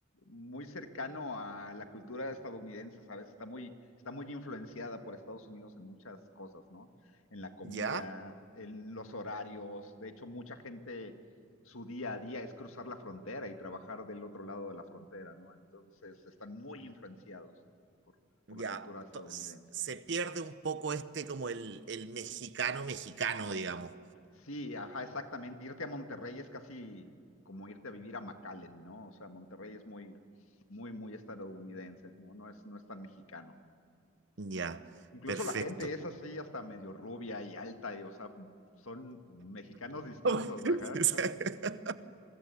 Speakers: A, on the left; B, on the right.
A: muy cercano a la cultura estadounidense, ¿sabes? Está muy, está muy influenciada por Estados Unidos en muchas cosas, ¿no? En la comida,
B: Ya,
A: en los horarios. De hecho, mucha gente, su día a día es cruzar la frontera y trabajar del otro lado de la frontera, ¿no? Entonces, están muy influenciados, ¿no? por, por
B: ya.
A: la cultura
B: Entonces,
A: estadounidense.
B: se pierde un poco este como el, el mexicano mexicano, digamos.
A: Sí, ajá, exactamente. Irte a Monterrey es casi como irte a vivir a McAllen, ¿no? O sea, Monterrey es muy, muy, muy estadounidense, ¿no? No es, no es tan mexicano.
B: Ya,
A: Incluso
B: perfecto.
A: la gente es así, hasta medio rubia y alta, y, o sea, son mexicanos distintos,
B: <laughs>
A: ajá. <laughs>